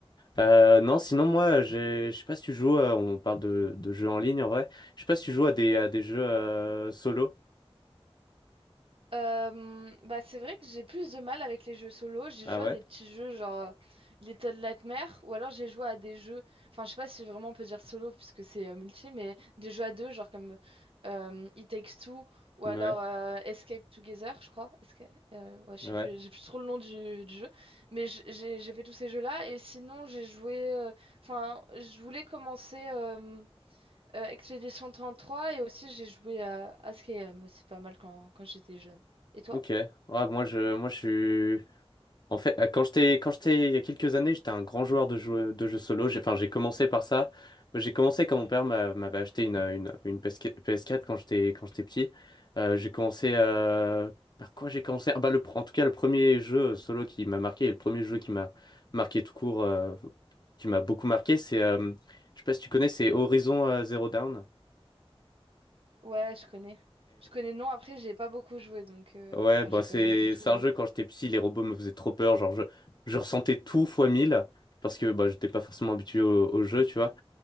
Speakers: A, on the left; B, on the right.
A: euh, non, sinon moi, j'ai- je sais pas si tu joues, euh, on parle de, de jeux en ligne en vrai, je sais pas si tu joues à des, à des jeux euh, solo.
B: Euh, bah c'est vrai que j'ai plus de mal avec les jeux solo. J'ai
A: Ah
B: joué
A: ouais?
B: à des petits jeux genre euh, Little Nightmares ou alors j'ai joué à des jeux, enfin je sais pas si vraiment on peut dire solo puisque c'est euh, multi, mais des jeux à deux genre comme euh, It Takes Two ou
A: Ouais,
B: alors euh, Escape Together, je crois. Esca- euh, ouais, je
A: ouais,
B: sais plus, j'ai plus trop le nom du, du jeu, mais j- j'ai j'ai fait tous ces jeux-là et sinon j'ai joué, euh, enfin je voulais commencer. euh, euh, Expedition trois et aussi j'ai joué à à Skyrim aussi pas mal quand, quand j'étais jeune. Et toi?
A: ok. Ouais, moi je, moi je suis, En fait, euh, quand j'étais, quand j'étais, il y a quelques années, j'étais un grand joueur de jeux, de jeux solo. J'ai, enfin, j'ai commencé par ça. J'ai commencé quand mon père m'a- m'avait acheté une, euh, une, une PS4 quand j'étais, quand j'étais petit. Euh, j'ai commencé, euh, par quoi j'ai commencé? Ah bah, le, pr- en tout cas, le premier jeu solo qui m'a marqué et le premier jeu qui m'a marqué tout court, euh, qui m'a beaucoup marqué, c'est, euh, je sais pas si tu connais, c'est Horizon euh, Zero Dawn.
B: Ouais, je connais. Je connais non, après j'ai pas beaucoup joué donc euh,
A: Ouais,
B: enfin
A: bah
B: j'ai
A: c'est
B: pas joué du tout
A: c'est
B: même.
A: un jeu quand j'étais petit, les robots me faisaient trop peur, genre je, je ressentais tout fois 1000 parce que bah j'étais pas forcément habitué au, au jeu, tu vois.